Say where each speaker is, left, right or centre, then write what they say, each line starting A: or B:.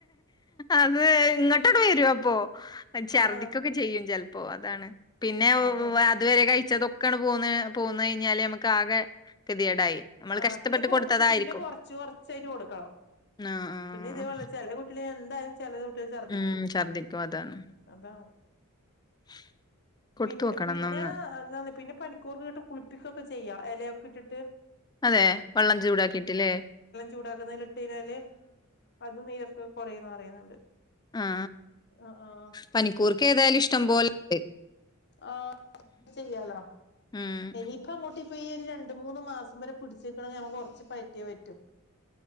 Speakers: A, on the left; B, on the left.
A: അത് ഇങ്ങോട്ടോട് വരും അപ്പൊ ചർദിക്കൊക്കെ
B: ആഹ്
A: ചെയ്യും ചെൽപ്പോ അതാണ് പിന്നെ
B: അതെ
A: അതുവരെ കഴിച്ചതും ക്കണ് പോ പോന്ന് കഴിഞ്ഞാല് നമുക്ക് ആകെ ഗതികേടായി നമ്മള്
B: ആ
A: കഷ്ടപ്പെട്ട്
B: പിന്നെ കൊറച്ച്
A: കൊടുത്തതായിരിക്കും.
B: പിന്നെ കൊറച്ച് കൊറച്ചായിട്ട് കൊടുക്കണം
A: ആഹ് ആഹ്.
B: പിന്നെ ഇതേപോലെ ചെല കുട്ടികൾ എന്തായാലും ചെല കുട്ടികൾ ചർദ്ദിക്കും
A: ഉം ഛർദിക്കും അതാണ്.
B: അതാണ്
A: <unintelligible> കൊടുത്തു
B: പിന്നെ
A: നോക്കണം
B: പിന്നെ
A: എന്നാ ഒന്ന്.
B: എന്താന്ന പിന്നെ പനിക്കൂർക്ക ഇട്ടിട്ട് കുളിപ്പിക്കൊക്കെ ചെയ്യാ ഇലയൊക്കെ ഇട്ടിട്ട്
A: അതെ വെള്ളം ചൂടാക്കിട്ടില്ലേ
B: ചൂടാക്കുന്നേല് ഇട്ട് കഴിഞ്ഞാല് അത് നീരർക്ക് കൊറയ്ന്ന് പറയുന്നുണ്ട്
A: ആ
B: ആഹ് ആഹ്
A: പനിക്കൂർക്ക ഏതായാലും ഇഷ്ടം പോലെണ്ട്
B: ആ ചെയ്യാലോ
A: ഉം
B: ഇനിപ്പ മൂട്ടി ഈ ഒരു രണ്ട് മൂന്ന് മാസം വരെ പിടിച്ചക്കണെങ്ക കുറച്ച് പറ്റും